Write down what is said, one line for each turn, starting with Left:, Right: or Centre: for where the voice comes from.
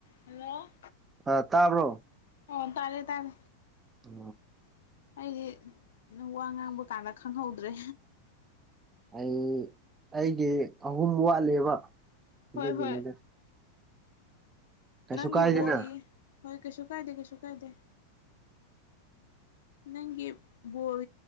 Left: hello
Right: ꯑ ꯇꯥꯕ꯭ꯔꯣ
Left: ꯑꯣ ꯇꯥꯔꯦ ꯇꯥꯔꯦ
Right: ꯑ
Left: ꯑꯩꯗꯤ ꯅꯪ ꯋꯥ ꯉꯥꯡꯕ ꯀꯥꯟꯗ ꯈꯪꯍꯧꯗ꯭ꯔꯦ
Right: ꯑꯩ ꯑꯩꯒꯤ ꯑꯍꯨꯝ ꯋꯥꯠꯂꯕ ꯑꯗꯨꯒꯤꯅꯤꯗ
Left: ꯍꯣꯏ ꯍꯣꯏ
Right: ꯀꯩꯁꯨ
Left: ꯅꯪꯒꯤ
Right: ꯀꯥꯏꯗꯦꯅ
Left: ꯣꯜꯂꯤꯌꯦ ꯍꯣꯏ ꯀꯩꯁꯨ ꯀꯥꯏꯗꯦ ꯀꯩꯁꯨ ꯀꯥꯏꯗꯦ ꯅꯪꯒꯤ ꯕꯣꯜ